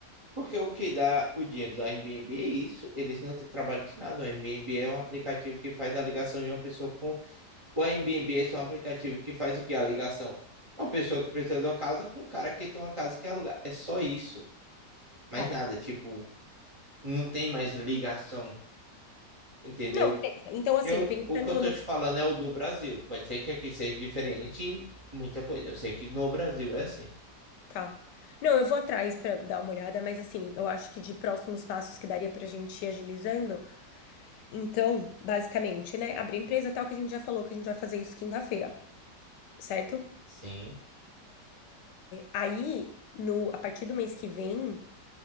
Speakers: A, on the right; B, on the left.
A: Porque o que dá o dinheiro do Airbnb é isso, eles não têm trabalho de nada. O Airbnb é um aplicativo que faz a ligação de uma pessoa com. O Airbnb é só um aplicativo que faz o que? A ligação. Uma pessoa que precisa de uma casa com um cara que tem uma casa que alugar. É só isso. Mais
B: tá.
A: nada, tipo, não tem mais ligação, entendeu?
B: Não, beleza. Então, assim,
A: Eu,
B: pensando
A: o que eu tô
B: nos.
A: te falando é o do Brasil. Pode ser que aqui seja diferente em muita coisa. Eu sei que no Brasil é assim.
B: Tá. Não, eu vou atrás pra dar uma olhada, mas assim, eu acho que de próximos passos que daria pra gente ir agilizando. Então, basicamente, né, abrir a empresa tal que a gente já falou que a gente vai fazer isso quinta-feira, certo?
A: Sim.
B: Aí, no a partir do mês que vem,